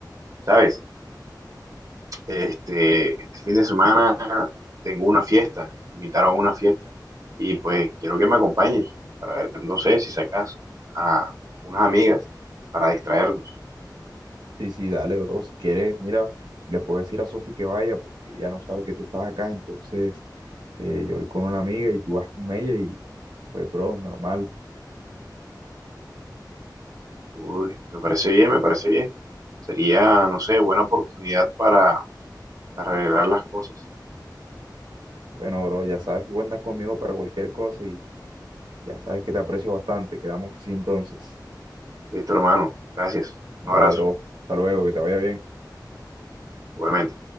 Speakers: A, on the right (about 45°); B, on the right (about 75°).
A: ¿Sabes? Este, este fin de semana tengo una fiesta, me invitaron a una fiesta y pues quiero que me acompañes para ver, no sé si sacas a unas amigas para distraernos.
B: Sí, sí, dale, bro, si quieres, mira, le puedo decir a Sofi que vaya porque ya no sabe que tú estás acá, entonces eh, yo voy con una amiga y tú vas con ella y pues, bro, normal.
A: Uy, me parece bien, me parece bien. Sería, no sé, buena oportunidad para, para arreglar las cosas.
B: Bueno, bro, ya sabes que cuentas conmigo para cualquier cosa y ya sabes que te aprecio bastante. Quedamos así entonces.
A: Listo, hermano. Gracias.
B: Dale,
A: Un abrazo.
B: bro. Hasta luego, que te vaya bien.
A: Igualmente.